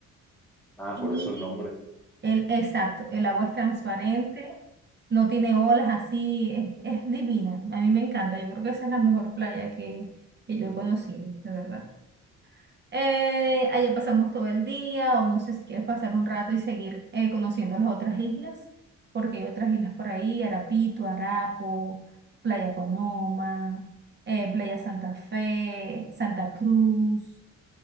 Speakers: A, in the centre; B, on the right.
A: Ah,
B: Y
A: por eso el nombre.
B: el, exacto, el agua es transparente,
A: Ujú.
B: no tiene olas así, es, es divina. A mí me encanta, yo creo que esa es la mejor playa que, que yo he conocido, de verdad. Eh, allá pasamos todo el día, o no sé si quieres pasar un rato y seguir eh, conociendo las otras islas, porque hay otras islas por ahí, Arapito, Arapo, Playa Conoma, eh, Playa Santa Fe, Santa Cruz,